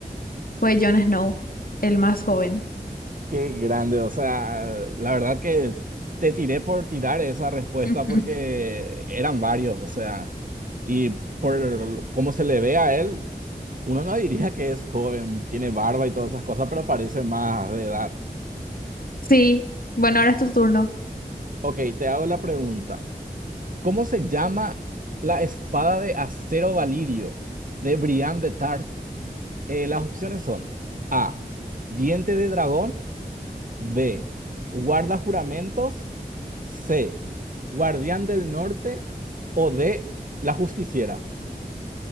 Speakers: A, on the left; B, on the right.
A: Fue Jon Snow, el más joven.
B: Qué grande, o sea, la verdad que te tiré por tirar esa respuesta
A: <laughs> Ujú.
B: porque eran varios, o sea, y por cómo se le ve a él, uno no diría que es joven, tiene barba y todas esas cosas, pero parece más de edad.
A: Sí, bueno, ahora es tu turno.
B: Ok, te hago la pregunta. ¿Cómo se llama la espada de acero valirio de Brian de Tarth? Eh, las opciones son A, diente de dragón. B. Guarda juramentos. C. Guardián del Norte. O D. La justiciera.